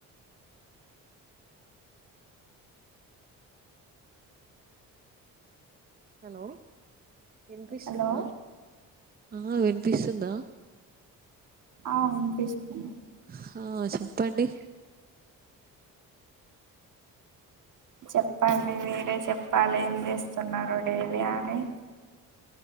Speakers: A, on the right; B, on the right.
A: హలో వినిపిస్తుందా
B: హలో
A: ఆ వినిపిస్తుందా
B: ఆ వినిపిస్తుంది.
A: హా చెప్పండి.
B: చెప్పండి మీరే చెప్పాలి ఏం చేస్తున్నారో డైలీ అని